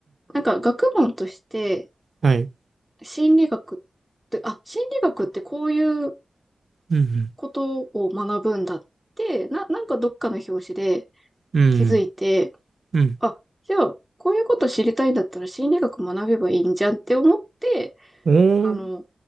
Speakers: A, in the centre; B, on the right.
A: なんか学問として
B: はい
A: 心理学って、あ、心理学ってこういう
B: うん
A: ことを学ぶんだって、な、なんかどっかの表紙で、
B: うん
A: 気づいて、
B: うん
A: あ、じゃあ、こういうこと知りたいんだったら心理学学べばいいんじゃんって思って、
B: うんうん
A: あの、